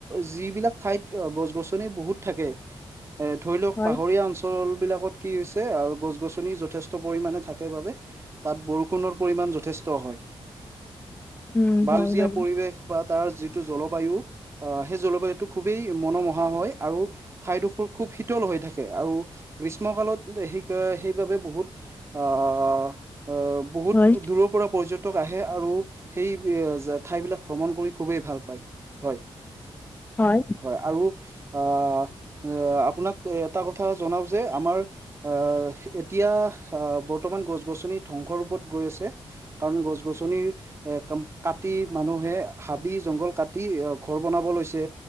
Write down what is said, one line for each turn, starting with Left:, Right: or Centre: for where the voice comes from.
Right: যিবিলাক ঠাইত অ' গছ-গছনি বহুত থাকে এ ধৰি লওক
Left: হয়,
Right: পাহৰীয়া অঞ্চলবিলাকত কি হৈছে আৰু গছ-গছনি যথেষ্ট পৰিমানে থাক সেইবাবে তাত বৰষুণৰ পৰিমাণ যথেষ্ট হয়।
Left: উম,
Right: বাউজীয়া
Left: হয় বাৰু
Right: পৰিৱেশ বা তাৰ যিটো জলবায়ু আহ সেই জলবায়ুটো খুবেই মনোমোহা হয় আৰু ঠাইডোখোৰ খুব শীতল হৈ থাকে। আৰু গ্ৰীষ্ম কালত সেই সেইবাবে বহুত অ', অ' বহুত
Left: হয়,
Right: দূৰত পৰা পৰ্যটক আহে আৰু সেই যে ঠাই বিলাক ভ্ৰমণ কৰি খুবেই ভাল পায়। হয়।
Left: হয়।
Right: হয়, আৰু আ, আ- আপোনাক এটা কথা জনাও যে আমাৰ আহ এতিয়াহ আহ বৰ্তমান গছ-গছনি ধ্বংস ৰূপত গৈ আছে। কাৰণ গছ-গছনিৰ এ ক কাটি মানুহে হাবি-জংঘল কাটি এ ঘৰ বনাব লৈছে